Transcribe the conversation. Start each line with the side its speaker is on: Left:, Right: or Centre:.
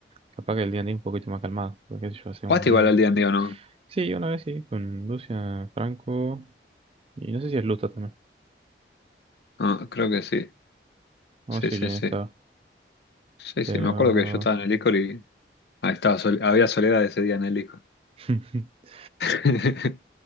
Right: capaz que el D&D es un poquito más calmado. Porque qué sé yo hace
Left: ¿Jugaste
Right: un...
Left: igual
Right: un-
Left: al día en día o no?
Right: Sí, una vez sí, con Lucia Franco. Y no sé si es Luta también.
Left: No, creo que sí.
Right: No
Left: Sí,
Right: sé
Left: sí,
Right: quién
Left: sí.
Right: estaba.
Left: Sí,
Right: Pero...
Left: sí. Me acuerdo que yo estaba en el Discord y ahí estaba sol- había soledad ese día en el Discord.
Right: <laughs>
Left: <laughs>